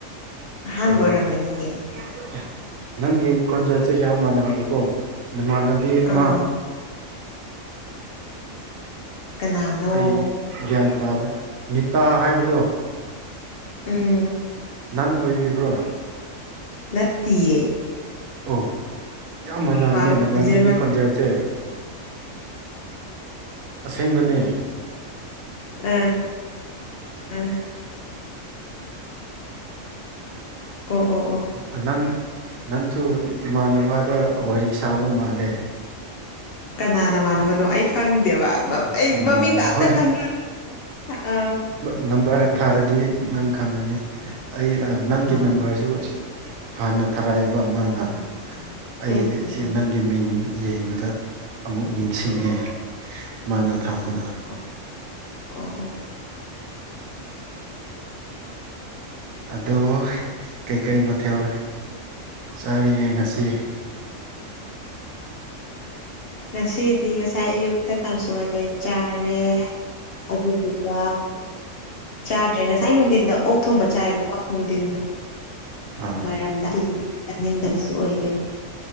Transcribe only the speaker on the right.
ꯀꯔꯤꯅꯣ꯫
ꯑꯦ ꯅꯪꯒꯤ ꯈꯣꯟꯖꯦꯜꯁꯦ ꯌꯥꯝ ꯃꯥꯟꯅꯕꯀꯣ ꯅꯃꯥꯟꯅꯕꯤ ꯑꯃ,
ꯑꯩ ꯒ꯭ꯌꯥꯟ ꯇꯥꯗ꯭ꯔꯦ ꯅꯤꯇꯥ ꯍꯥꯏꯕꯗꯣ꯫
ꯅꯪ ꯑꯣꯏꯕꯤꯔꯣ?
ꯑꯣ ꯌꯥꯝ ꯃꯥꯅꯥꯏꯅꯦ
ꯅꯕꯥꯅꯤꯒꯤ
ꯈꯣꯟꯖꯦꯜꯁꯦ꯫ ꯑꯁꯦꯡꯕꯅꯦ꯫
ꯅꯪ ꯅꯪꯁꯨ ꯏꯃꯥꯟꯅꯕꯗ ꯋꯥꯔꯤ ꯁꯥꯕ ꯃꯥꯜꯂꯦ꯫
ꯏꯃꯥꯟꯅꯕ
ꯍꯣꯏ
ꯅꯝꯕꯔ ꯊꯥꯔꯗꯤ ꯅꯪ ꯈꯪꯉꯅꯤ ꯑꯩ ꯅꯪꯒꯤ
ꯅꯝꯕꯔꯁꯨ ꯍꯥꯟꯅ ꯊꯔꯥꯏꯕ ꯃꯥꯅ ꯑꯩꯁꯤ
ꯅꯪ ꯒꯤ ꯃꯤꯡ ꯌꯦꯡꯕꯗ ꯑꯃꯨꯛ ꯅꯤꯡꯁꯤꯡꯉꯦ꯫ ꯃꯥꯅ ꯊꯥꯝꯕꯗ꯫
ꯑꯗꯣ ꯀꯩꯀꯩ ꯃꯊꯦꯜ, ꯆꯥꯔꯦꯌꯦ ꯉꯁꯤ
ꯑꯥ